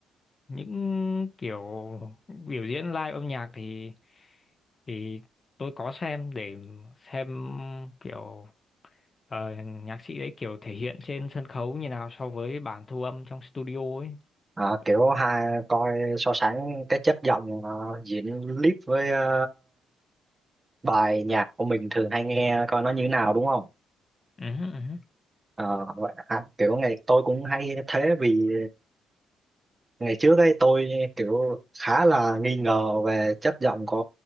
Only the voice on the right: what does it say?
à, kiểu
hai coi so sánh cái chất giọng ờ, diễn clip với ờ, bài nhạc của mình thường hay nghe coi nó như thế nào đúng không
Ờ, vậy, à, kiểu ngày tôi cũng hay thế vì ngày trước ấy tôi kiểu khá là nghi ngờ về chất giọng của